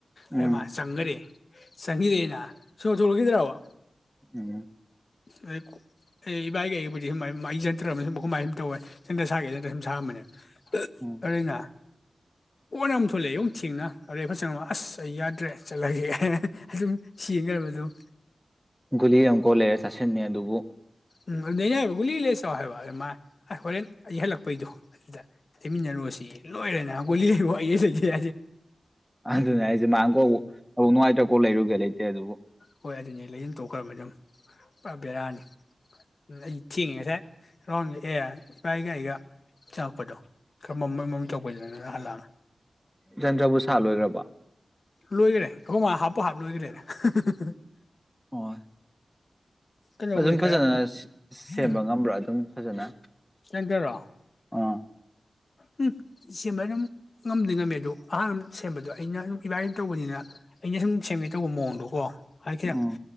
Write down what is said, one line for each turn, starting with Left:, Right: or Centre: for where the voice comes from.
Left: ꯑꯦꯃ
Centre: ꯎꯝ
Left: ꯁꯪꯒꯔꯤ ꯁꯉꯗꯦꯅ ꯁꯤꯁꯨ ꯍꯂꯒꯗ꯭ꯔꯋꯥ
Centre: ꯎꯝ
Left: ꯑꯗ ꯑꯩ ꯏꯕꯥꯏꯒꯩ ꯑꯩꯕꯨꯗꯤ ꯁꯃꯥꯏ ꯑꯩꯖꯟꯇ꯭ꯔꯅ ꯁꯨꯝ ꯀꯃꯥꯏꯅ ꯁꯨꯝ ꯇꯧꯋꯦ ꯖꯟꯗ꯭ꯔ ꯁꯥꯒꯦꯖꯟꯇ꯭ꯔ ꯁꯨꯝ ꯁꯥꯝꯕꯅꯦ
Centre: ꯎꯝ
Left: ꯑꯔꯤꯅ ꯑꯣꯅ ꯑꯃꯨꯛ ꯊꯣꯛꯂꯛꯑꯦ ꯑꯃꯨꯛ ꯊꯦꯡꯅ ꯑꯗꯨꯔꯦ ꯐ ꯆ ꯑꯁ ꯑꯩ ꯌꯥꯗ꯭ꯔꯦ ꯆꯠꯂꯒꯦ ꯑꯗꯨꯝ ꯌꯦꯦꯡꯈ꯭ꯔꯕ ꯑꯗꯨꯝ
Centre: ꯒꯨꯂꯤ ꯑꯃꯨꯛꯀꯣ ꯂꯩꯔꯦ ꯆꯥꯁꯤꯟꯟꯅ ꯑꯗꯨꯕꯨ
Left: ꯎꯝ ꯑꯗꯨꯩꯅ ꯍꯥꯏꯕ ꯒꯨꯂꯤ ꯂꯩ ꯆꯥꯎ ꯍꯥꯏꯕ ꯑ ꯃꯥ ꯑꯁ ꯍꯣꯔꯦꯟ ꯑꯩ ꯍꯜꯂꯛꯄꯩꯗꯣ ꯑꯗꯨꯗ ꯂꯩꯃꯤꯟꯅꯔꯨꯔꯁꯤ ꯂꯣꯏꯔꯦꯅꯦ ꯒꯨꯂꯤ ꯂꯩ ꯑꯩꯁꯨꯒꯦ
Centre: ꯑꯗꯨꯅꯦ ꯑꯩꯁꯦ ꯃꯥꯥꯡꯪꯀꯣ ꯅꯨꯡꯉꯥꯏꯇꯕ ꯀꯣꯛ ꯂꯩꯔꯨꯒꯦ ꯂꯩꯇꯦ ꯑꯗꯨꯕꯨ
Left: ꯍꯣꯏ ꯑꯗꯨꯅꯤ ꯂꯩꯁꯤꯟ ꯇꯣꯛꯈ꯭ꯔꯕ ꯑꯗꯨꯝ ꯕꯦꯔꯥꯅꯤ ꯑꯩ ꯊꯦꯡꯉꯤ ꯉꯁꯥꯏꯥꯎ ꯑꯦ ꯏꯄꯥꯥꯏꯒ ꯑꯩꯒ ꯆꯉꯛꯄꯗꯣ ꯀꯔ ꯃ ꯃꯝ ꯇꯧꯒꯩꯥꯅ ꯅꯪꯜꯂꯛꯒ
Centre: ꯖꯟꯗ꯭ꯔꯕꯨ ꯁꯥ ꯂꯣꯏꯈ꯭ꯔꯕ
Left: ꯂꯣꯏꯈꯔꯦ ꯀꯈꯪ ꯃꯥ ꯍꯥꯞꯄꯨ ꯍꯥꯞ ꯂꯣꯏꯈꯔꯦꯗ ꯑꯗꯨ
Centre: ꯑꯣ
Left: ꯀꯩꯅꯣꯕꯨꯗꯤ
Centre: ꯑꯗꯨꯝ ꯐꯖꯅ
Left: ꯈꯔ
Centre: ꯁꯦꯝꯕ
Left: ꯎꯝ
Centre: ꯉꯝꯕ꯭ꯔꯥ ꯑꯗꯨꯝ ꯐꯖꯅ
Left: ꯁꯤꯂꯤꯟꯗꯔꯔꯣ
Centre: ꯑꯥ
Left: ꯎꯝ ꯁꯦꯝꯕ ꯑꯗꯨꯝ ꯉꯝꯗꯤꯗꯤ ꯉꯝꯃꯦ ꯑꯗꯣ ꯑꯍꯥꯡ ꯁꯦꯝꯕꯗꯣ ꯑꯩꯅ ꯑꯗꯨꯝ ꯏꯕꯥꯥꯏꯅ ꯇꯧꯕꯅꯤꯅ ꯑꯩꯅ ꯁꯨꯝ ꯁꯦꯝꯒꯦ ꯇꯧꯕ ꯃꯑꯣꯡꯗꯣ ꯀꯣ ꯍꯥꯏ ꯈꯤꯇꯪ
Centre: ꯎꯝ